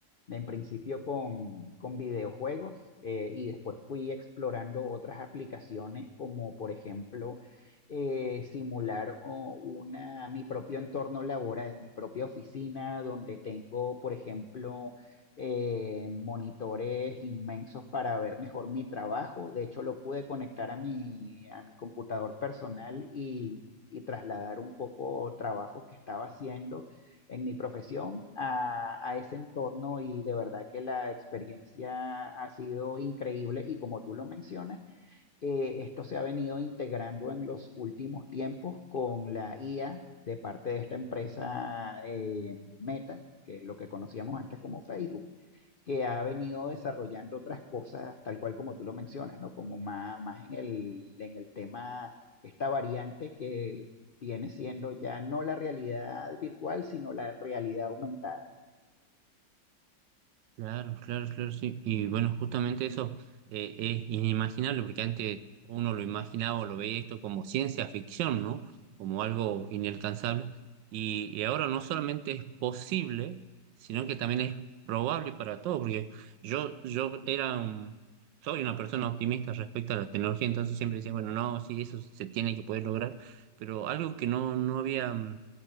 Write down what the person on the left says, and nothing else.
en principio con, con videojuegos eh, y después fui explorando otras aplicaciones como por ejemplo eh, simular o, una, mi propio entorno laboral, mi propia oficina donde tengo por ejemplo eh, monitores inmensos para ver mejor mi trabajo. De hecho lo pude conectar a mi, a mi computador personal y... y trasladar un poco trabajos que estaba haciendo en mi profesión a, a ese entorno y de verdad que la experiencia ha sido increíble y como tú lo mencionas, eh, esto se ha venido integrando en los últimos tiempos con la IA de parte de esta empresa eh, Meta, que es lo que conocíamos antes como Facebook que ha venido desarrollando otras cosas, tal cual como tú lo mencionas, ¿no? Como más, más en el, en el tema, esta variante que viene siendo ya no la realidad virtual, sino la realidad aumentada.